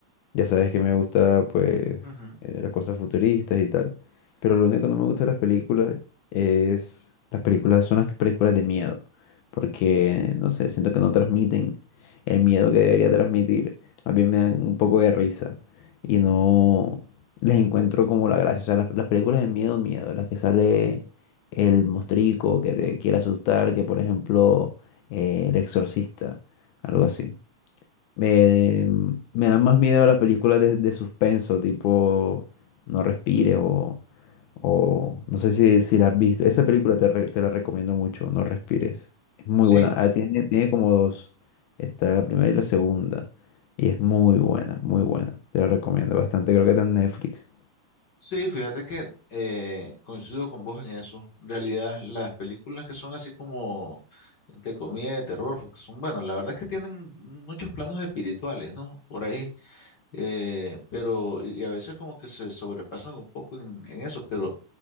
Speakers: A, on the left (about 80°); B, on the left (about 40°).
A: ya sabes que me gusta, pues,
B: Ujú.
A: eh, las cosas futuristas y tal. Pero lo único que no me gusta de las películas es... Las películas son las películas de miedo. Porque, no sé, siento que no transmiten el miedo que debería transmitir. Más bien me dan un poco de risa. Y no les encuentro como la gracia. O sea, las, las películas de miedo, miedo. Las que sale el mostrico que te quiere asustar. Que, por ejemplo, eh, El Exorcista. Algo así. Me, me dan más miedo las películas de, de suspenso, tipo No respires o, o no sé si, si la has visto. Esa película te, re- te la recomiendo mucho, No respires. Es muy
B: Sí,
A: buena. Ah, tiene, tiene como dos. Está la primera y la segunda. Y es muy buena, muy buena. Te la recomiendo bastante. Creo que está en Netflix.
B: sí, fíjate que eh, coincido con vos en eso. En realidad, las películas que son así como, entre comillas, de terror, porque son, bueno, la verdad es que tienen muchos planos espirituales, ¿no? Por ahí. Eh, pero, y a veces como que se sobrepasan un poco en, en eso, pero